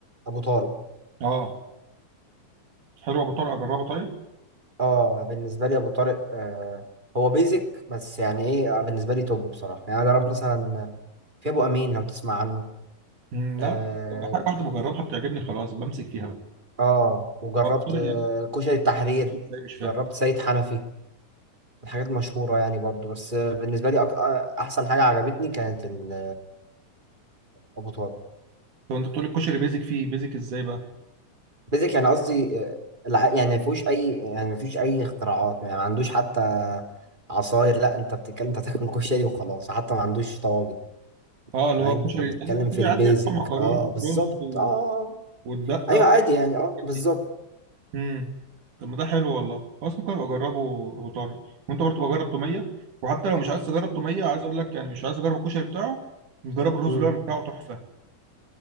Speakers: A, on the right; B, on the right.
A: ابو طارق
B: اه حلو ابو طارق اجربه طيب
A: اه بالنسبه لي ابو طارق آه هو بيزك بس يعني ايه آه، بالنسبه لي توب بصراحه يعني انا جربت مثلا في ابو امين لو تسمع عنه
B: مم، لا
A: اه,
B: طب حاجه واحده بجربها بتعجبني خلاص بمسك فيها بقى
A: آه وجربت
B: هو أبو طارق
A: آه
B: يعني
A: كشري التحرير
B: ازاي مش فاهم
A: جربت سيد حنفي الحاجات المشهوره يعني برضو بس آه بالنسبه لي أك... آه، احسن حاجه عجبتني كانت ال- ابو طارق
B: طب انت بتقول الكشري بيزك فيه بيزك ازاي بقى
A: بيزك يعني قصدي آه، الع- يعني ما فيهوش اي يعني ما فيش اي اختراعات يعني ما عندوش حتى عصاير لا انت بتتكلم انت تاكل كشري وخلاص حتى ما عندوش طواجن
B: اه اللي
A: فاهم
B: هو الكشري
A: احنا بنتكلم
B: عندك الكشري
A: في البيزك
B: عادي يعني مكرونه
A: اه بالظبط
B: ورز و-
A: اه
B: والدقه
A: ايوه عادي يعني
B: والحاجات
A: اه بالظبط
B: دي. امم طب ما ده حلو والله خلاص ممكن ابقى اجربه ابو طارق وانت برضه بجرب توميه وحتى لو مش عايز تجرب توميه عايز اقول لك يعني مش عايز اجرب الكشري بتاعه نجرب الرز
A: امم
B: اللي هو بتاعه تحفه